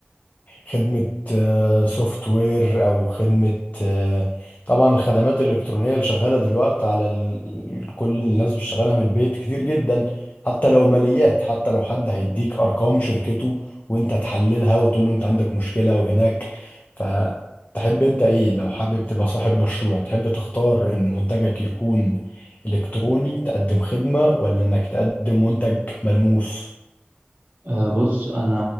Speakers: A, on the left; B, on the right.
A: خدمة سوفت وير أو خدمة آه، طبعا الخدمات الإلكترونية اللي شغالة دلوقتي على ال... كل الناس شغالة من البيت كتير جدا حتى لو ماليات حتى لو حد هيديك أرقام شركته وأنت تحللها وتقول له أنت عندك مشكلة وهناك فتحب أنت إيه لو حابب تبقى صاحب مشروع تحب تختار إن منتجك يكون إلكتروني تقدم خدمة ولا إنك تقدم منتج ملموس
B: أه بص انا